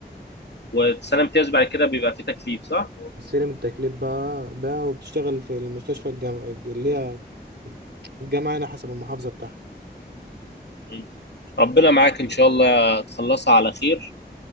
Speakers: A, on the left (about 80°); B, on the right (about 80°).
A: وسنه امتياز بعد كده بيبقى فيه تكليف صح
B: السلم التكليف بقى بقى وبتشتغل في المستشفى الجامعة اللي هي الجامعة هنا حسب المحافظة بتاعتك
A: مم. ربنا معاك ان شاء الله تخلصها على خير